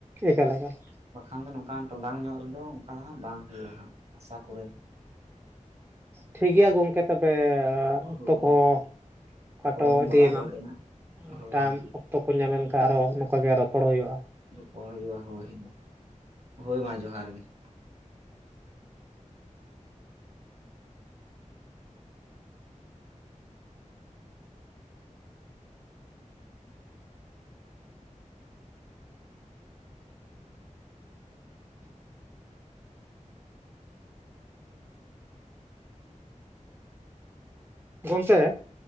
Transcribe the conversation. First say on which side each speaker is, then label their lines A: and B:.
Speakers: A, on the right; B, on the right.
A: ᱮᱠᱟᱞ ᱮᱠᱟᱞ ᱾
B: ᱵᱟᱠᱷᱟᱱ ᱫᱚ, ᱱᱚᱝᱠᱟᱱ ᱴᱚᱸᱰᱟᱝ ᱧᱚᱜ ᱨᱮᱫᱚ, ᱚᱱᱠᱟ ᱫᱚ ᱦᱟᱸᱜ, ᱵᱟᱝ ᱦᱩᱭᱩᱜᱼᱟ ᱦᱟᱸᱜ, ᱟᱥᱟ ᱠᱚᱨᱮ ᱾
A: ᱴᱷᱤᱠ ᱜᱮᱭᱟ ᱜᱚᱝᱠᱮ ᱾ ᱛᱚᱵᱮ, ᱚᱠᱛᱚ
B: ᱦᱳᱭ
A: ᱠᱚᱦᱚᱸ, ᱠᱷᱟᱴᱚ
B: ᱯᱚᱞᱚᱢ
A: ᱤᱫᱤ
B: ᱵᱟᱲᱟ
A: ᱭᱟᱞᱟᱝ,
B: ᱜᱚᱫ ᱮᱱᱟ ᱦᱳᱭ
A: ᱴᱟᱭᱮᱢ
B: ᱦᱳᱭ
A: ᱚᱠᱛᱚ ᱠᱚ, ᱧᱟᱢᱮᱱ ᱠᱷᱟᱱ ᱟᱨᱚᱸ, ᱱᱚᱝᱠᱟ ᱜᱮ, ᱨᱚᱯᱚᱲ ᱦᱳᱭᱳᱜᱼᱟ ᱾
B: ᱨᱚᱯᱚᱲ ᱦᱩᱭᱩᱜᱼᱟ, ᱦᱳᱭ ᱾ ᱦᱳᱭ ᱢᱟ, ᱡᱚᱦᱟᱨ ᱜᱮ ᱾ <inaudible>
A: ᱜᱚᱝᱥᱮ ᱾